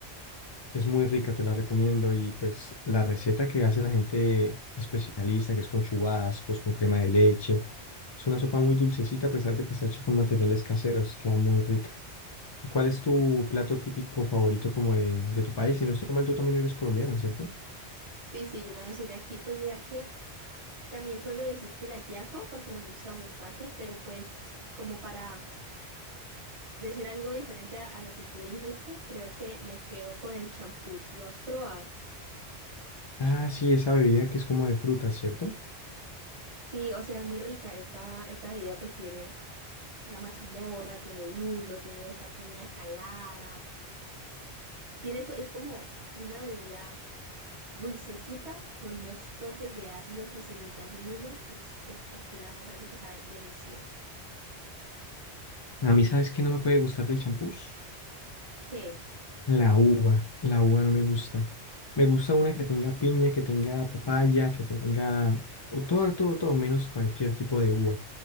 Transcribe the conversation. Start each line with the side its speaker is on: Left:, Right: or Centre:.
Left: Es muy rica, te la recomiendo. Y pues la receta que hace la gente especialista, que es con chubascos, con crema de leche, es una sopa muy dulcecita a pesar de que está hecha con materiales caseros, queda muy rica. ¿Y cuál es tu plato típico favorito como de, de tu país? Si no estoy mal, tú también eres colombiana, ¿cierto?
Right: Sí, sí, yo también soy de aquí. Pues mira que también suelo decir que el ajiaco porque me gusta bastante, pero pues como para decir algo diferente a, a lo que tú dijiste, creo que me quedo con el champús. ¿Lo has probado?
Left: Ah, sí, esa bebida que es como de frutas, ¿cierto?
Right: Sí, o sea, es muy rica. Esta, esta bebida pues tiene la mazamorra, tiene el lulo, tiene esa piña calada. Tiene, co- es como una bebida Dulcecita con unos toques de ácido que se los da el lulo. Espectacular, me parece que sabe delicioso.
Left: A mí, ¿sabes qué no me puede gustar del champús?
Right: ¿Qué?
Left: La uva, la uva no me gusta. Me gusta una que tenga piña, que tenga papaya, que tenga o todo, todo, todo, menos cualquier tipo de uva.